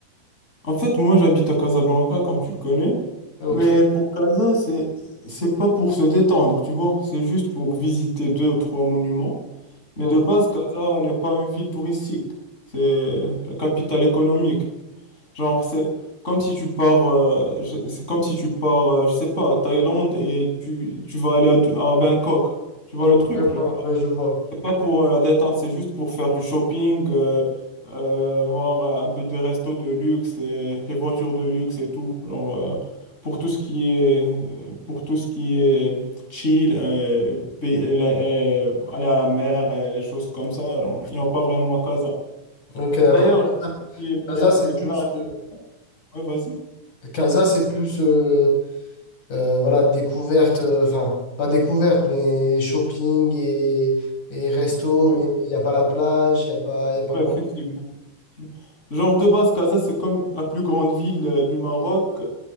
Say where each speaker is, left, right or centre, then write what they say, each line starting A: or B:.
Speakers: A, on the left (about 20°); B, on the left (about 60°).
A: En fait, moi, j'habite à Casablanca, comme tu le connais.
B: Ok.
A: Mais pour Casa, c'est, c'est pas pour se détendre, tu vois. C'est juste pour visiter deux ou trois monuments. Mais
B: Donc,
A: de base, Casa n'est pas une ville touristique. C'est la capitale économique. Genre, c'est comme si tu pars, euh, je- c'est comme si tu pars, euh, je sais pas, à Thaïlande et tu, tu vas aller à, Dou- à Bangkok. Tu vois
B: d'accord,
A: le truc, genre.
B: ouais, je vois.
A: C'est pas pour euh, la détente, c'est juste pour faire du shopping, euh, euh, voir euh, un peu de resto de luxe, les, les voitures de luxe et tout. Genre, euh, pour tout ce qui est, euh, pour tout ce qui est chill, euh, pay- la- euh, aller à la mer et les choses comme ça, alors, ils n'ont pas vraiment à Casa.
B: Ok,
A: D'ailleurs,
B: d'accord.
A: qui est mer
B: Casa, c'est
A: et
B: plus,
A: plage,
B: euh,
A: ouais, vas-y.
B: Casa, c'est plus euh, euh, voilà, découverte, euh, enfin, pas découverte, mais shopping et, et resto,
A: Ouais.
B: mais il n'y a pas la plage, il n'y a pas, il y a pas
A: Ouais,
B: grand.
A: Effectivement. Genre de base, Casa, c'est comme la plus grande ville euh, du Maroc